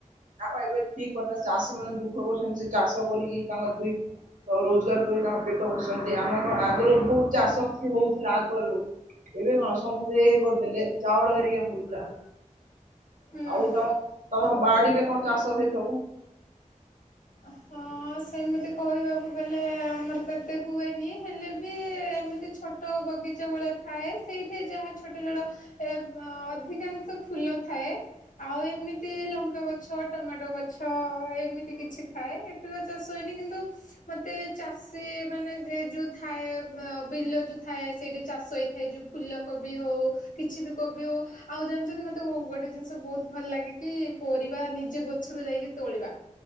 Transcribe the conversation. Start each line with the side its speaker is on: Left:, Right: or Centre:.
Right: ଆଉ ଏବେ ଠିକ କଥା ଚାଷୀ ମାନେ ଦୁଃଖ କରୁଛନ୍ତି, ସେ ଚାଷ କରିକି ତାଙ୍କର ଦୁଇ ରୋଜଗାର କରି ତାଙ୍କ ପେଟ ପୋ ସନ୍ତି, ଆମର କଣ ଆଗରୁ ବହୁତ ଚାଷ ହଉଥିଲା ଆଗରୁ ଏବେ କଣ ସମସ୍ତେ ଏ କରିଦେଲେ ଚାଉଳ ହେରିକା ହଉଥିଲା।
Left: ହୁଁ
Right: ଆଉ ତମ ତମ ବାଡିରେ କଣ ଚାଷ ହୁଏ ସବୁ?
Left: ହ ହଁ। ହଁ ସେମିତି କହିବାକୁ ଗଲେ ଆମର ତ ଏତେ ହୁଏନି ହେଲେ ବି ଏମିତି ଛୋଟ ବଗିଚା ବଳେ ଥାଏ। ସେଇଠି ଯାହା ଛୋଟ ଛୋଟ ଅଧିକାଂଶ ଫୁଲ ଥାଏ ଆଉ ଏମିତି ଲଙ୍କା ଗଛ ଟମାଟୋ ଗଛ ଏମିତି କିଛି ଥାଏ, ଏତେ ତ ଚାଷ ହୁଏନି କିନ୍ତୁ ମତେ ଚାଷୀ ମାନେ ଯୋଉ ଥାଏ ବିଲ ଯୋଉ ଥାଏ, ସେଇଠି ଚାଷ ହେଇଥାଏ, ଯୋଉ ଫୁଲ କୋବି ହଉ କିଛି, ବି କୋବି ହଉ ଆଉ ଜାଣିଛନ୍ତି ତ ଗୋଟେ ଜିନିଷ ବହୁତ ଭଲ ଲାଗେ, କି ପରିବା ନିଜେ ଗଛରୁ ଯାଇକି ତୋଳିବା